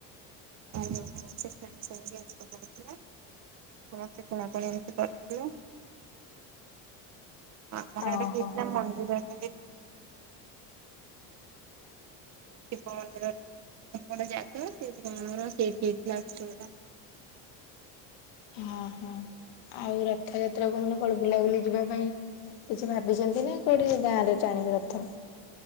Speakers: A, on the right; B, on the left.
A: <unintelligible> ପଡିଥିଲା। ସମସ୍ତେ କିଣାକୁଣି ଏମିତି କରିଥିଲେ। ଆମର
B: ଓହୋ।
A: ଏଟେ ହେଥିଲା ମନ୍ଦିରଟ ଯଉ <unintelligible> <unintelligible>
B: ହଁ ହଁ ଆଉ ରଥ ଯାତ୍ରା କୁ ମାନେ କୁଆଡେ ବୁଲାବୁଲି ଯିବା ପାଇଁ କିଛି ଭାବିଛନ୍ତି ନା, କୋଉଠି ଗାଁରେ ଟାଣିବେ ରଥ?